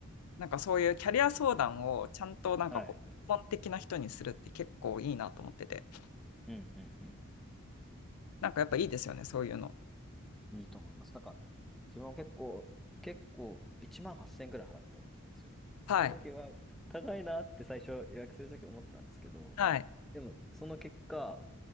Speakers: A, on the left (about 85°); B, in the centre.
A: なんかそういうキャリア相談をちゃんとなんかこう、
B: はい。
A: 基本的な人にするって結構いいなと思ってて、
B: うんうんうんう
A: なんかやっぱいいですよね、そういうの。
B: ん。いいと思います。なんか、自分は結構、結構、1万8000円くらい払ったんですよ。
A: はい、
B: でその時は、高いなって最初予約する時思ったんですけど、
A: はい、
B: でも、その結果、